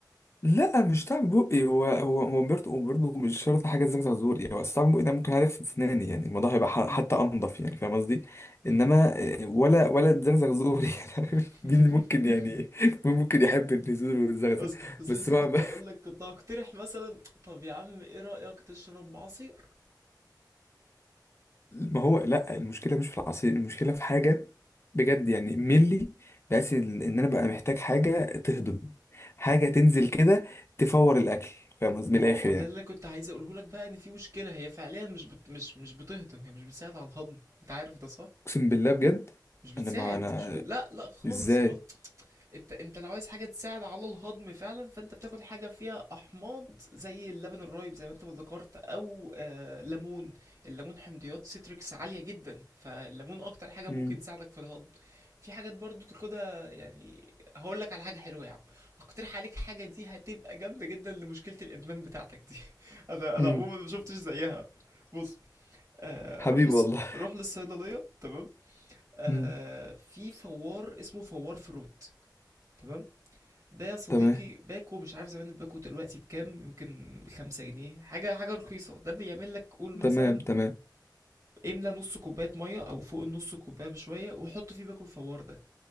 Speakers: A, on the left (about 35°); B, on the right (about 45°).
A: لا مش طعم بقي هو هو هو برضه برضه مش شرط حاجه زي ما تقول هو أصل طعم بقي ده ممكن عارف في اسناني يعني الموضوع هيبقى ح-
B: امم
A: حتى انضف يعني فاهم قصدي
B: امم
A: انما آه، ولا ولا الزغزغ زور يعني عارف؟
B: <laughs>
A: <laughs> مين ممكن يعني مين ممكن يحب النزول والزغزغ
B: بس بس
A: بس
B: لسه
A: ما
B: كنت
A: <laughs>
B: هقول لك كنت هقترح مثلا طب يا عم ايه رأيك تشرب عصير
A: ما هو لا المشكله مش في العصير المشكله في حاجه بجد يعني ملي بحيث ان إن انا بقى محتاج حاجه تهضم حاجه تنزل كده تفور الاكل فاهم قصدي
B: ما
A: من
B: هو
A: الاخر يعني
B: ده اللي كنت عايز اقوله لك بقى ان في مشكلة هي فعليا مش بت... مش مش بتهضم هي مش بتساعد على الهضم انت عارف ده صح
A: اقسم بالله بجد
B: مش بتساعد
A: انا ما انا
B: مش ب... لا لا خالص
A: ازاي
B: خالص انت انت لو عايز حاجه تساعد على الهضم فعلا فانت بتاخد حاجه فيها احماض زي اللبن الرايب زي ما انت ما ذكرت او آه ليمون الليمون حمضيات سيتريكس عاليه جدا فالليمون اكتر حاجه
A: مم.
B: ممكن تساعدك في الهضم في حاجات برضو تاخدها يعني هقول لك على حاجه حلوه يا عم هقترح عليك حاجه دي هتبقى جامده جدا لمشكله الادمان بتاعتك دي <laughs> انا انا
A: مم.
B: عموما ما شفتش زيها بص آه
A: حبيبي
B: روح للص...
A: والله
B: روح للصيدليه تمام آه
A: مم.
B: في فوار اسمه فوار فروت تمام ده يا صديقي
A: تمام
B: باكو مش عارف زمان الباكو دلوقتي بكام يمكن بخمسة جنيه حاجة حاجة رخيصة ده بيعمل لك قول مثلا
A: تمام تمام
B: املى نص كوباية مية أو فوق النص كوباية بشوية وحط فيه باكو الفوار ده